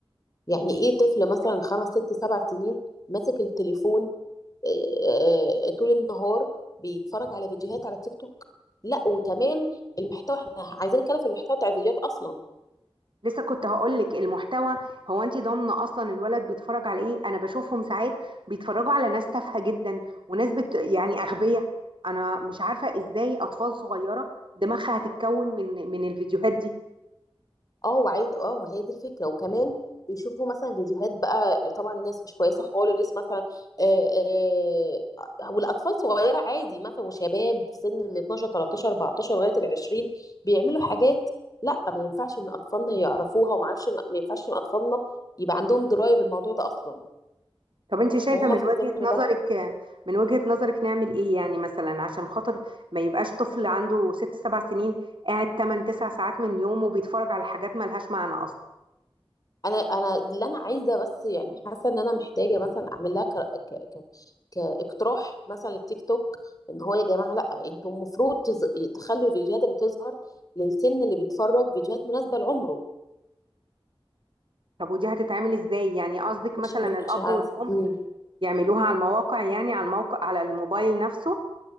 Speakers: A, on the left; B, on the right.
A: يعني ايه طفل مثلا خمس ست سبع سنين ماسك التليفون اه، اه، طول النهار بيتفرج على فيديوهات على تيك توك لا وكمان المحتوى احنا عايزين نتكلم في المحتوى بتاع الفيديوهات اصلا
B: لسه كنت هقولك المحتوى هو انت ضامنه اصلا الولد بيتفرج على ايه انا بشوفهم ساعات بيتفرجوا على ناس تافهه جدا وناس بت يعني اغبياء انا مش عارفه ازاي اطفال صغيره دماغها هتتكون من من الفيديوهات دي
A: اه وعايز اه ما هي دي الفكره وكمان بيشوفوا مثلا فيديوهات بقى طبعا الناس مش كويسه خالص مثلا آه آه آه، والاطفال صغيره عادي مثلا وشباب في سن ال 12 13 14 لغايه ال 20 بيعملوا حاجات لا ما ينفعش ان اطفالنا يعرفوها وما اعرفش ما ينفعش ان اطفالنا يبقى عندهم درايه بالموضوع ده اصلا
B: طب انت شايفه
A: وهما
B: من
A: في
B: وجهه
A: السن
B: نظرك
A: ده
B: من وجهه نظرك نعمل ايه يعني مثلا عشان خاطر ما يبقاش طفل عنده ست سبع سنين قاعد 8 9 ساعات من يومه بيتفرج على حاجات ملهاش معنى اصلا
A: انا انا اللي انا عايزه بس يعني حاسه ان انا محتاجه مثلا اعمل لها ك... ك... ك... كاقتراح مثلا للتيك توك ان هو يا جماعه لا انتم المفروض تز... تخلوا الفيديوهات اللي تظهر للسن اللي بيتفرج فيديوهات مناسبه لعمره
B: طب ودي هتتعمل ازاي يعني قصدك
A: مش
B: مثلا الاب
A: مش عارفه
B: والام
A: مم.
B: يعملوها على المواقع يعني على الموقع على الموبايل نفسه